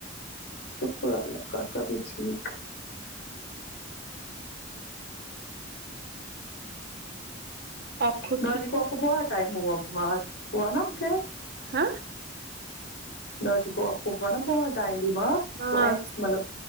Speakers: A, on the left; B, on the right.
A: شکر اللہ کا سا بھی ٹھیک
B: آپ خود
A: ند
B: ٹھیک
A: کو
B: ہو
A: کو بہت ٹائم ہوا بار ہو نا کیا
B: ہاں
A: دادی کو آپ کو ہوا نا بہت آئے بیمار
B: ہاں
A: وہ مطلب